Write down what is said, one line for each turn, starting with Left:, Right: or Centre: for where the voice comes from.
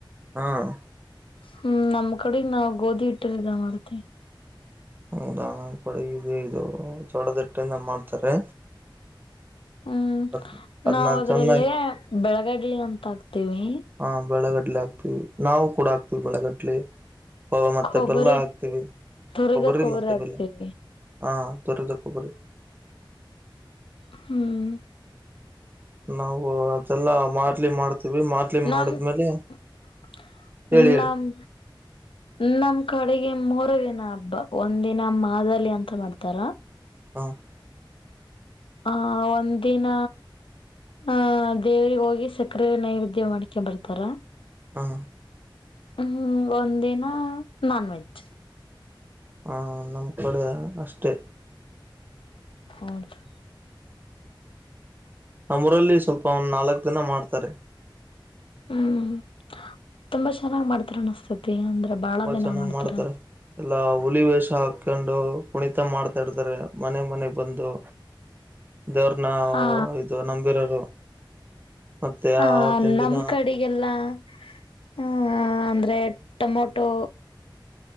Right: ಹಾ <unintelligible>
Left: ಹ್ಮ್ ನಮ್ ಕಡೆ ನಾವ್ ಗೋಧಿ ಹಟ್ಟನಿಂದ. <unintelligible>
Right: ಹೌದ ನಮ್ ಕಡೆ ಇದು ಇದು ಜೋಳದ್ ಹಿಟ್ಟಯಿಂದ ಮಾಡ್ತಾರೆ.
Left: ಹ್ಮ್
Right: ಅದ್ ಅದನ್ನ
Left: ನಾವ ಅದ್ರಲ್ಲೇ
Right: ಚೆನ್ನಾಗಿ
Left: ಬೆಳಗಡ್ಲಿ ಅಂತ ಹಾಕ್ತೇವಿ.
Right: ಹ ಬೆಳಗಡ್ಲೆ ಹಾಕ್ತಿವಿ ನಾವು ಕೂಡ ಹಾಕ್ತಿವಿ ಬೆಳಗಡ್ಲೆ. <unintelligible> ಮತ್ತೆ
Left: ಕೊಬ್ಬರಿ
Right: ಬೆಲ್ಲ ಹಾಕ್ತಿವಿ
Left: ತುರಿದ
Right: ಕೊಬ್ಬರಿಗೆ
Left: ಕೊಬ್ಬರಿ
Right: ಮತ್ತೆ
Left: ಹಾಕ್ತಿವಿ
Right: ಬೆಲ್ಲ. ಹಾ ತುರಿದ ಕೊಬರಿ.
Left: ಹ್ಮ್
Right: ನಾವು ಅದೆಲ್ಲಾ <unintelligible> ಮಾಡ್ತೀವಿ <unintelligible>
Left: ನಮ್
Right: ಮಾಡಿದ್ಮೇಲೆ
Left: <unintelligible>
Right: ಹೇಳಿ ಹೇಳಿ
Left: ನಮ್ ನಮ್ ಕಡೆಗೆ ಮೂರೆ ದಿನ ಹಬ್ಬ ಒಂದ್ ದಿನ ಮಾದಲಿ ಅಂತ ಮಾಡ್ತಾರ.
Right: ಹಾ <unintelligible>
Left: ಹ ಒಂದ ದಿನ ಹ ದೇವ್ರಿಗ್ ಹೋಗಿ ಸಕ್ಕರೆ ನೈವೇದ್ಯ ಮಾಡಿಕ್ಕಿ ಬರ್ತಾರ.
Right: ಹಾ
Left: ಹ್ಮ್ ಒಂದಿನ ನಾನ್ ವೆಜ್.
Right: ಹ ನಮ್ ಕಡೆ ಅಷ್ಟೇ.
Left: ಹೌದ್ <unintelligible>
Right: <unintelligible> ನಮೂರಲ್ಲಿ ಸ್ವಲ್ಪ ಒಂದ್ ನಾಲ್ಕ್ ದಿನ ಮಾಡ್ತಾರೆ.
Left: ಹ್ಮ್ ತುಂಬಾ ಚೆನ್ನಾಗ್ ಮಾಡ್ತಾರ <unintelligible> ಅಂದ್ರೆ ಬಾಳ
Right: ತುಂಬಾ
Left: ದಿನ
Right: ಚೆನ್ನಾಗ್
Left: ಮಾಡ್ತಾರ.
Right: ಮಾಡ್ತಾರೆ ಎಲ್ಲಾ ಹುಲಿ ವೇಷ ಹಾಕೊಂಡು ಕುಣಿತ ಮಾಡ್ತಾ ಇರ್ತಾರೆ ಮನೆ ಮನೆಗ್ ಬಂದು. ದೇವ್ರನ
Left: ಹಾ
Right: ಇದು ನಂಬಿರೋರು. ಮತ್ತೆ
Left: ಆ
Right: ಆವತ್ತಿನ ದಿನ
Left: <unintelligible> ಆ ಅಂದ್ರೆ ಟೊಮೊಟೊ